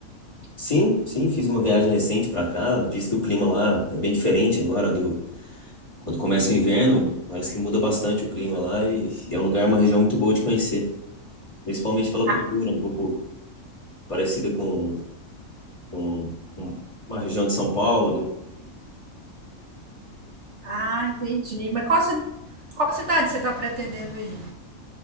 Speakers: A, on the left; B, on the right.
A: Sim, sim, fiz uma viagem recente para cá. Diz que o clima lá é bem diferente agora do quando começa o inverno. Parece que muda bastante o clima lá e, e é um lugar, uma região muito boa de conhecer, principalmente pela
B: Ah,
A: cultura, um pouco parecida com, com, com uma região de São Paulo. ali.
B: ah, entendi. Mas qual, ci- qual cidade você está pretendendo ir?